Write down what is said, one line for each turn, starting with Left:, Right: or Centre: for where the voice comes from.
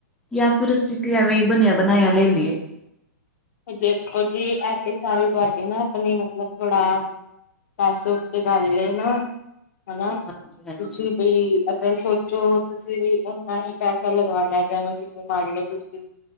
Centre: ਯਾ ਫਿਰ ਅਸੀ ਕਿ ਆਵੇ ਬਣਿਆ ਬਣਾਇਆ ਲੈ ਲਈਏ।
Left: ਦੇਖੋ ਜੀ ਇਥੇ ਸਾਰੀ ਤੁਹਾਡੀ ਨਾ ਆਪਣੀ ਮਤਲਬ ਥੋੜਾ ਪੈਸੇ ਉੱਤੇ ਗੱਲ ਲਏ ਨਾ ਹਨਾ ਤੁਸੀਂ
Centre: ਹਾਂਜੀ ਹਾਂਜੀ
Left: ਬਈ ਅਗਰ ਸੋਚੋ ਤੁਸੀ ਵੀ ਓਨਾ ਹੀ ਪੈਸਾ ਲਗਉਣਾ ਜਿਵੇਂ ਤੁਸੀਂ ਮੰਨ ਲਓ ਤੁਸੀ